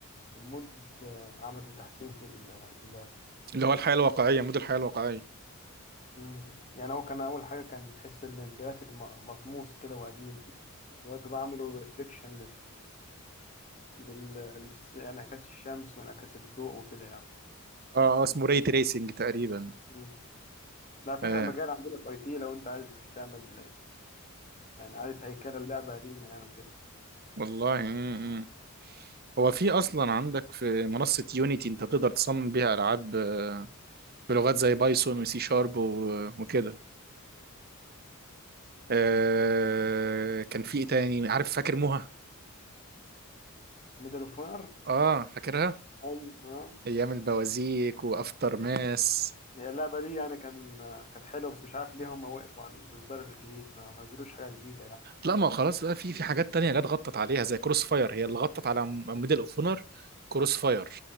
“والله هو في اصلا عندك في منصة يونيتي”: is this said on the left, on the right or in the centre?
Right